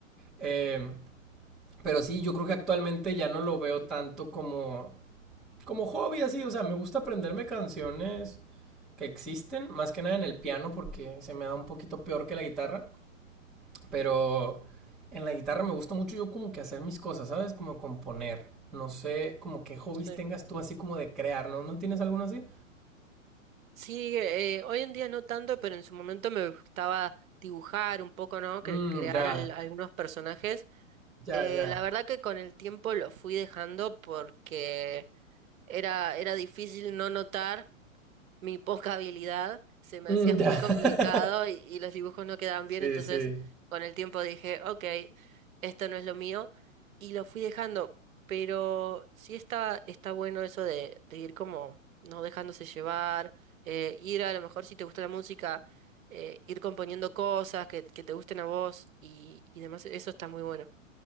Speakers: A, in the centre; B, on the right.
A: Eh, pero sí, yo creo que actualmente ya no lo veo tanto como, como hobby, así. O sea, me gusta aprenderme canciones que existen, más que nada en el piano, porque se me da un poquito peor que la guitarra. Pero en la guitarra me gusta mucho yo como que hacer mis cosas, ¿sabes? Como componer. No sé, como qué hobbies
B: Sí,
A: tengas tú así como de crear, ¿no? ¿No tienes alguno así?
B: Sí, eh, hoy en día no tanto, pero en su momento me gustaba dibujar un poco, ¿no? Cre-
A: Mmm,
B: crear
A: ya,
B: al- algunos personajes.
A: ya,
B: Eh,
A: ya.
B: la verdad que con el tiempo lo fui dejando porque era, era difícil no notar mi poca habilidad, se me
A: Mm,
B: hacía muy
A: ya.
B: complicado
A: <laughs>
B: y, y los dibujos no quedaban
A: Sí,
B: bien, entonces
A: sí.
B: con el tiempo dije, ok, esto no es lo mío y lo fui dejando, pero sí está, está bueno eso de, de ir como no dejándose llevar, eh, ir a lo mejor si te gusta la música, eh, ir componiendo cosas que, que te gusten a vos y, y demás, eso está muy bueno.